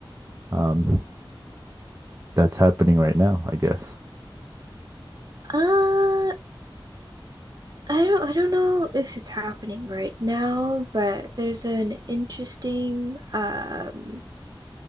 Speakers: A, on the right (about 30°); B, on the right (about 45°).
A: um, that's happening right now, I guess?
B: Uh, I don't I don't know if it's happening right now, but there's an interesting um